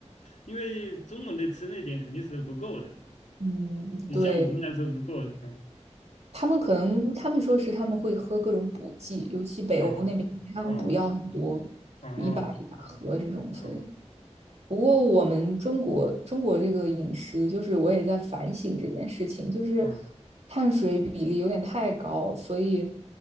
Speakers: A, on the left; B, on the right.
A: 因为中午的吃那点肯定是不够的嘛
B: 嗯，
A: 你像我们来说是不够的，
B: 对，
A: 嗯，
B: 他们可能他们说是他们会喝各种补剂，尤其北欧那边，
A: 哦哦
B: 他们补药很多，
A: 哦哦。
B: 一把一把喝这种，所以。
A: 嗯
B: 不过我们中国中国这个饮食，就是我也在反省这件事情，就是
A: 嗯
B: 碳水比例有点太高，所以